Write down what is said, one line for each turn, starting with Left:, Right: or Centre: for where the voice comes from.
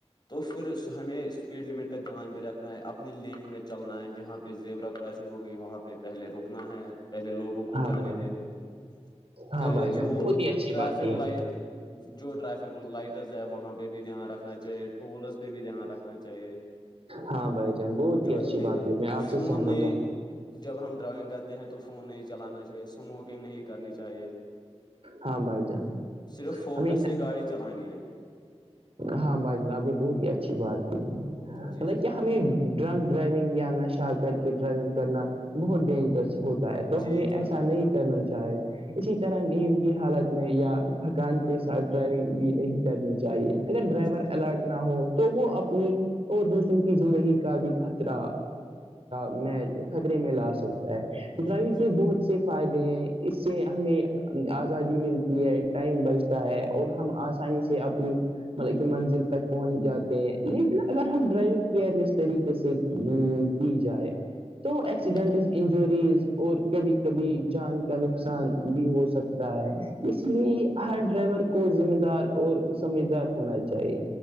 Left: تو پھر ہمیں اسپیڈ لمٹ کا دھیان بھی رکھنا ہے اپنی لین میں چلنا ہے جہاں پ زیبرا کراسنگ ہو گگی وہاں پہ پہلے رکنا ہے پہلے لوگوں کو
Right: ہاں
Left: جانے
Right: بھائی جان
Left: دیتے ہیں
Right: ہاں
Left: پھر
Right: بھائی جان
Left: جو
Right: بہت ہی اچھی
Left: ٹریفک
Right: بات کی آپ
Left: لائٹ جو ٹریفک لائٹز ہے وہاں پہ بھی دھیان رکھنا چاہیے ٹولز پہ بھی دھیان رکھنا چاہیے
Right: ہاں بھائی جان بہت ہی
Left: جو
Right: اچھی
Left: دیک
Right: بات ہے میں آپ سے
Left: فون
Right: سہمت
Left: نہیں
Right: ہوں
Left: جب ہم ڈرائیونگ کرتے ہیں تو فون نہیں چلانا چاہیے اسموکنگ نہیں کرنی چاہیے
Right: ہاں بھائی جان
Left: صرف فوکس
Right: ہمیں
Left: سے گاڑی چلانی ہے
Right: ہاں بھائی جن آپ نے بہت ہی اچھی بات کی ہے مطلب
Left: جی
Right: کیا
Left: جی
Right: ہمیں ڈرنک ڈرائیونگ یا نشہ کر کے ڈرائیونگ کرنا بہت ڈینجرس ہوتا ہے تو
Left: جی
Right: ہمیں ایسا
Left: بالکل
Right: نہیں کرنا چاہے اسی طرح نہیں نیند کی حالت میں یا تھکان کے ساتھ ڈرائیونگ بھی نہیں کرنی چاہیے اگر ڈرائیور
Left: جی
Right: الرٹ
Left: جی
Right: نہ ہو تو وہ اپنی دوسروں کی زندگی کا بھی خطرہ میں خطرے میں لا سکتا ہے ڈرائیونگ
Left: جی
Right: کے بہت سے فائدے ہیں اس سے ہمیں آزادی ملتی ہے ٹائم بچتا ہے اور ہم آسانی سے اپنی مطلب کہ منزل تک پہنچ جاتے ہیں لیکن اگر ہم ڈرائیونگ کیئرلیس طریقے سے نہیں جائے تو ایکسیڈنٹ
Left: جی
Right: انجوریز اور کبھی کبھی جان کا نقصان بھی ہو سک سکتا ہے اس لیے ہر ڈرائیور کو ذمہ دار اور سمجھدار ہونا چاہیے